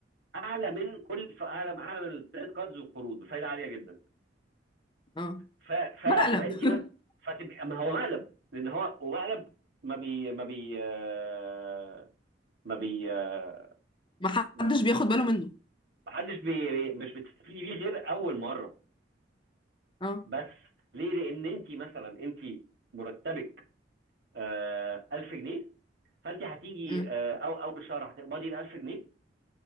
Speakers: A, on the right (about 65°); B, on the left (about 25°).
A: اعلى من كل اعلى اعلى من الكريدت كاردز والقروض بفايده عاليه جدا
B: اه
A: ف... فتبقى
B: مقلب
A: انت
B: <laughs>
A: ما... فتبقى ما هو مقلب لان هو ومقلب ما بي ما بي آه، ما بي آه،
B: ما
A: ما
B: حدش بياخد باله منه
A: حدش بي... بي- مش بتستفيدي بيه غير اول مره
B: اه
A: بس ليه؟ لان انت مثلا انت مرتبك آه، 1000 جنيه فانت هتيجي
B: امم
A: آه، او اول شهر هتقبضي ال 1000 جنيه